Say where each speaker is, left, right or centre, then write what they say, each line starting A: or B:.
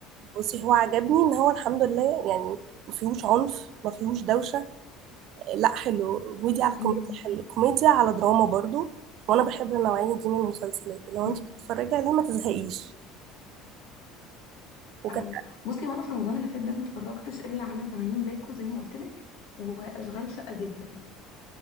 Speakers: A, on the right (about 60°); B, on the left (about 80°).
A: بصي هو عجبني ان هو الحمد لله يعني ما فيهوش عنف ما فيهوش دوشه لا حلو كوميديا على كوميديا
B: امم
A: حلو كوميديا على دراما برضو وانا بحب النوعيه دي من المسلسلات لو
B: مم.
A: انت بتتفرجي عليه ما تزهقيش وكانت
B: ايوه بصي وانا في رمضان اللي فات ده ما اتفرجتش الا على 80 باكو زي ما قلت لك واشغال شقة جدا